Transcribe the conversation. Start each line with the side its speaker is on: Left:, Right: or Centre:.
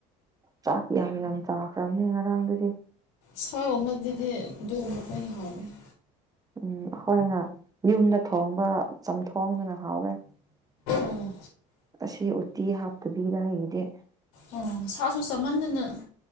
Right: ꯆꯥꯛ ꯌꯥꯝ ꯌꯥꯝ ꯆꯥꯈ꯭ꯔꯕꯅꯦ ꯉꯔꯥꯡꯗꯨꯗꯤ
Left: ꯁꯥꯥꯎꯕ ꯑꯃꯗꯤ ꯑꯗꯨꯗꯤ ꯑꯗꯨꯒ ꯃꯈꯣꯏꯅ ꯍꯥꯎꯕꯅꯤ
Right: ꯎꯝ ꯑꯩꯈꯣꯏꯅ ꯌꯨꯝꯗ ꯊꯣꯡꯕ ꯆꯝꯊꯣꯡꯗꯅ ꯍꯥꯎꯋꯦ
Left: ꯎꯝ
Right: ꯑꯁꯤ ꯎꯇꯤ ꯍꯥꯞꯇꯕꯤꯗ ꯑꯩꯗꯤ
Left: ꯑꯣ ꯁꯥꯁꯨ ꯁꯃꯟꯗꯅ